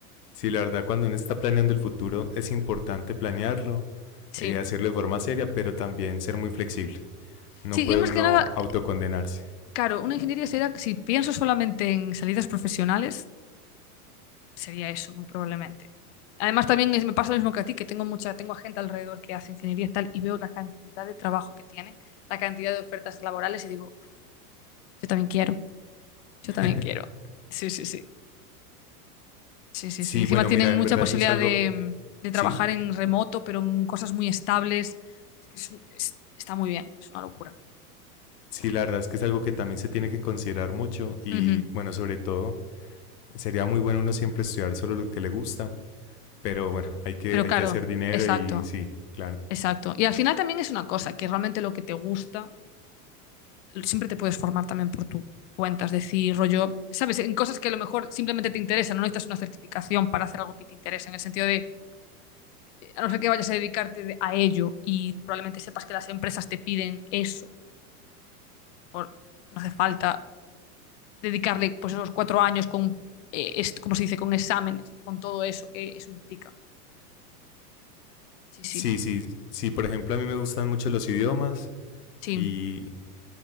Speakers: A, on the left; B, on the left.
A: Sí, la verdad, cuando uno está planeando el futuro es importante planearlo,
B: Sí.
A: eh, hacerlo de forma seria, pero también ser muy flexible. No
B: Sí,
A: puede
B: yo más
A: uno
B: que nada
A: autocondenarse.
B: Claro, una ingeniería sería, si pienso solamente en salidas profesionales, sería eso, muy probablemente. Además, también es- me pasa lo mismo que a ti, que tengo mucha, tengo a gente alrededor que hace ingeniería y tal, y veo la cantidad de trabajo que tienen, la cantidad de ofertas laborales, y digo, yo también quiero, yo
A: <laughs>
B: también quiero. Sí, sí, sí. Sí, sí,
A: Sí,
B: sí. Encima
A: bueno,
B: tienen
A: mira, en
B: mucha
A: verdad
B: posibilidad
A: eso es algo,
B: de, de trabajar
A: sí,
B: en remoto, pero en cosas muy estables. Es que es un- es- está muy bien, es una locura.
A: sí, la verdad es que es algo que también se tiene que considerar mucho y
B: Ujú.
A: bueno, sobre todo, sería muy bueno uno siempre estudiar solo lo que le gusta, pero bueno, hay que,
B: Pero
A: hay
B: claro,
A: que hacer dinero
B: exacto.
A: y sí, claro.
B: Exacto. Y al final también es una cosa, que realmente lo que te gusta, siempre te puedes formar también por tu cuenta, es decir, rollo, sabes, en cosas que a lo mejor simplemente te interesan, no necesitas una certificación para hacer algo que te interesa, en el sentido de, eh, a no ser que vayas a dedicarte de- a ello y probablemente sepas que las empresas te piden eso, por, no hace falta dedicarle pues esos cuatro años con, eh, es- ¿cómo se dice?, con exámenes, con todo eso que eso implica. Sí, sí,
A: Sí, sí, sí, por ejemplo, a mí me gustan mucho los idiomas
B: sí,
A: y